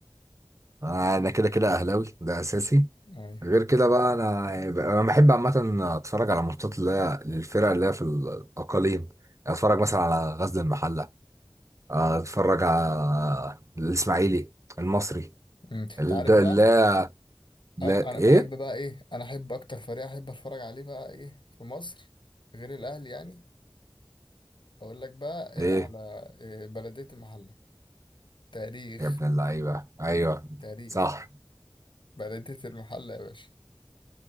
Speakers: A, on the right; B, on the left.
A: أنا أنا كده كده أهلاوي ده أساسي
B: ايوه
A: غير كده بقى أنا أنا بحب عامة أتفرج على ماتشات اللي هي للفرق اللي هي في الأقاليم أتفرج مثلا على غزل المحلة أتفرج على الإسماعيلي المصري
B: امم انت
A: ال-
B: عارف
A: ده
B: بقى
A: لا لا
B: آه، انا
A: إيه؟
B: بحب بقى ايه انا احب اكتر فريق احب اتفرج عليه بقى ايه في مصر غير الاهلي يعني اقول لك بقى إيه
A: إيه؟
B: على إيه بلدية المحلة تاريخ
A: يا ابن اللعيبة أيوه
B: تاريخ
A: صح
B: بلدية المحلة يا باشا